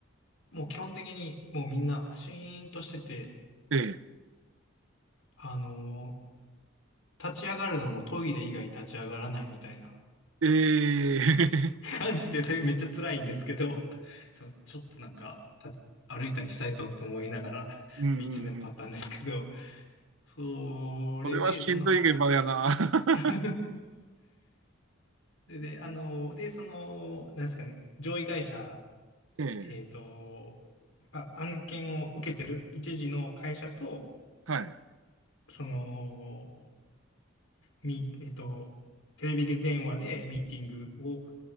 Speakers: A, on the left; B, on the right.
A: もう基本的にもうみんなシーンとしてて、
B: え
A: あのー立ち上がるのもトイレ以外立ち上がらないみたいな
B: え、え
A: <laughs>
B: え、
A: 感じで、それめっちゃ辛いんですけど、<laughs> ちょちょっとなんか、た歩いたりしたいぞと思いながら、
B: <laughs>
A: <laughs>
B: うんうん、
A: 一年経ったんですけど、
B: うん
A: それで、
B: それはしんどい現場やな。
A: その、は、
B: <laughs>
A: <laughs> それで、あのーで、その、なんですかね、上位会社、
B: ええ、
A: えっと、まあ、案件を受けてる一時の会社と、
B: はい、
A: その、み、えっと、テレビ電話でミーティングを